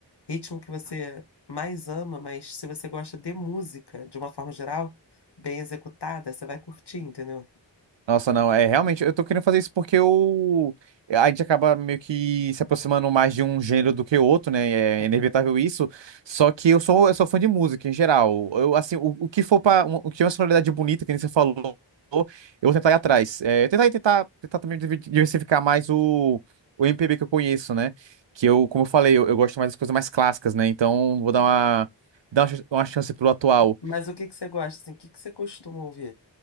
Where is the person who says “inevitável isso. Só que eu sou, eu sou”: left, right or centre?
Right